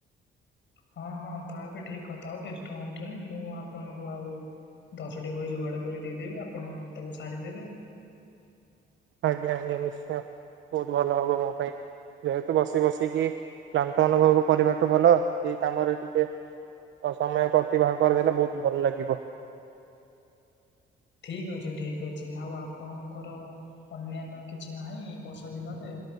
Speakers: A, on the left (about 65°); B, on the right (about 70°).
A: ହଁ ହଁ ତା ବି ଠିକ୍ କଥା ବେସ୍ତ ହୁଅନ୍ତିନି ମୁଁ ଆପଣଙ୍କୁ ଆଉ ଦଶଟି ବହି ଯୋଗାଡ଼ କରି ଦେଇଦେବି ଆପଣ ତାକୁ ସାରିଦେବେ।
B: ଆଜ୍ଞା ଆଜ୍ଞା ନିଶ୍ଚୟ ବହୁତ ଭଲ ହବ ମୋ ପାଇଁ। ଯେହେତୁ ବସି ବସିକି କ୍ଲାନ୍ତ ଅନୁଭବ କରିବାଠୁ ଭଲ ଏଇ କାମରେ ଟିକେ ଆ ସମୟ ଅତିବାହ କରିଦେଲେ ବହୁତ୍ ଭଲ ଲାଗିବ।
A: ଠିକ୍ ଅଛି ଠିକ୍ ଅଛି ଆଉ ଆପଣଙ୍କର ଅନ୍ୟାନ୍ୟ କିଛି ନାହିଁ ବର୍ଷା ଦିନରେ